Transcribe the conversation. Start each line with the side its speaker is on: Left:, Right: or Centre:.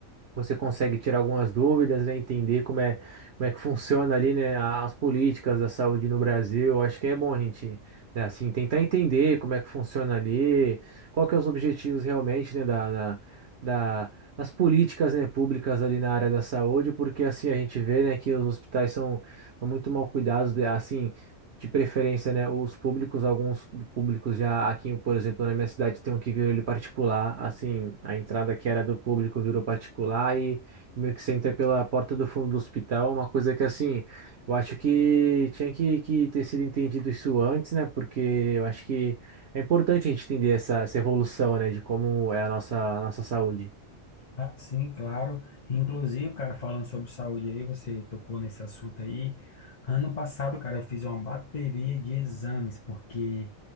Right: você consegue tirar algumas dúvidas, né? Entender como é, como é que funciona ali, né? a- As políticas da saúde no Brasil. Eu acho que é bom a gente, né, assim, tentar entender como é que funciona ali, qual que é os objetivos realmente, né? Da, da, da- das políticas, né? Públicas ali na área da saúde, porque assim a gente vê, né? Que os hospitais são, são muito mal cuidados, né, assim. De preferência, né? Os públicos, alguns públicos já aqui, por exemplo, na minha cidade tem um que virou ele particular. Assim, a entrada que era do público virou particular e meio que você entra pela porta do fundo do hospital. Uma coisa que, assim, eu acho que tinha que, que ter sido entendido isso antes, né? Porque eu acho que é importante a gente entender essa, essa evolução, né? De como é a nossa, a nossa saúde.
Left: Ah, sim, claro. Inclusive, cara, falando sobre saúde aí, você tocou nesse assunto aí. Ano passado, cara, eu fiz uma bateria de exames, porque